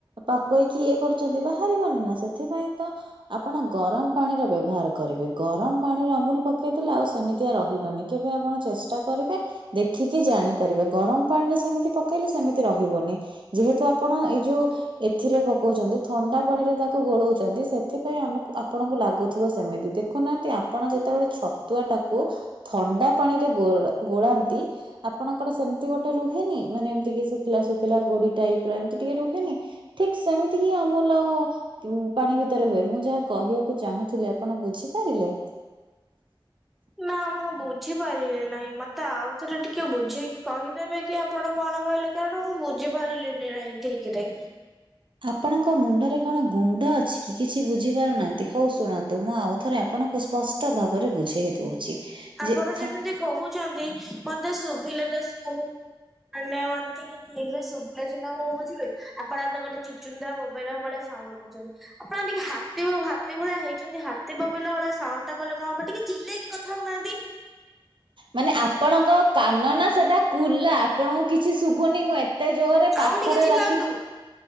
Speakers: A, on the right; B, in the centre.
A: ପାକୁଇକି ଇଏ କରୁଛନ୍ତି ବାହାରିବନି ନା ସେଥିପାଇଁ ତ ଆପଣ ଗରମ ପାଣିରେ ବ୍ୟବହାର କରିବେ ଗରମ ପାଣିରେ ଅମୁଲ ପକେଇ ଦେଲେ ଆଉ ସେମିତିଆ ରହିବନି। କେବେ ଆପଣ ଚେଷ୍ଟା କରିବେ ଦେଖିକି ଜାଣିପାରିବେ ଗରମ ପାଣିରେ ସେମିତି ପକେଇଲେ ସେମିତି ରହିବନି ଯେହେତୁ ଆପଣ ଏଇ ଯୋଉ ଏଥିରେ ପକଉଚନ୍ତି ଥଣ୍ଡା ପାଣିରେ ତାକୁ ଗୋଳଉଚନ୍ତି ସେଥିପାଇଁ ଆମକୁ ଆପଣଙ୍କୁ ଲାଗୁଥିବ ସେମିତି ଦେଖ ଦେଖୁନାହାନ୍ତି ଆପଣ ଯେତେବେଳେ ଛତୁଆଟାକୁ ଥଣ୍ଡା ପାଣିରେ ଗୋ ଗୋଳାନ୍ତି ଆପଣଙ୍କର ସେମିତି ଗୋଟେ ରୁ ରୁହେନି ମାନେ ଏମତିକି ଶୁଖିଲା ଶୁଖିଲା ଗୋଡି ଟାଇପର ଏମିତି ଟିକେ ରୁହେନି। ଠିକ ସେମିତି ହି ଅମୁଲ ଆଉ ଉଁ ପାଣି ଭିତରେ ହୁଏ ମୁଁ ଯାହା କହିବାକୁ ଚାହୁଁଥିଲି ଆପଣ ବୁଝିପାରିଲେ।
B: ନା ମୁଁ ବୁଝିପାରିଲି ନାହିଁ ମତେ ତେ ଆଉ ଥରେ ଟିକେ ବୁଝେଇକି କହିଦେବେ କି ଆପଣ କଣ କହିଲେ କାରଣ ମୁଁ ବୁ ବୁଝିପାରିଲି ନାହିଁ ଠିକରେ।
A: ଆପଣଙ୍କ ମୁଣ୍ଡରେ କଣ ଗୁଣ୍ଡ ଅଛି କି କିଛି ବୁଝିପାରୁନାହାନ୍ତି ହଉ ଶୁଣନ୍ତୁ ମୁଁ ଆଉ ଥରେ ଆପଣଙ୍କୁ ସ୍ପଷ୍ଟ ଭାବରେ ବୁଝେଇ ଦଉଛି।
B: ଆପଣ
A: ଯେ ଥ
B: ଯେମିତି କହୁଚନ୍ତି ମତେ ଶୁଭିଲେ ତ ନାଇଁ ନାଇଁ ମତେ ଟିକେ ଠିକରେ ଶୁଭିଲେ ସିନା ମୁଁ ବୁଝିବି ଆପଣ ତ ଗୋଟେ ଚୁଚୁନ୍ଦ୍ରା ବୋବେଇଲା ଭଳିଆ ସାଉଣ୍ଡ କହୁଛନ୍ତି। ଆପଣ ଟିକେ ହାତୀ ଓ ହାତୀ ଭଳିଆ ହେଇଛନ୍ତି ହାତୀ ବୋବେଇଲା ଭଳିଆ ସାଉଣ୍ଡଟା କଲେ କଣ ହବ ଟିକେ ଚିଲେଇକି କ କଥା ହଉନାହାନ୍ତି।
A: ମାନେ ଆପଣଙ୍କ କାନ ନା ସେଟା କୁଲା ଆପଣଙ୍କୁ କିଛି ଶୁଭୁନି ମୁଁ ଏ ଏତେ ଜୋରେ ପାଖରେ
B: ଆଉ ଟିକେ ଚିଲାନ୍ତୁ।
A: ରଖିକି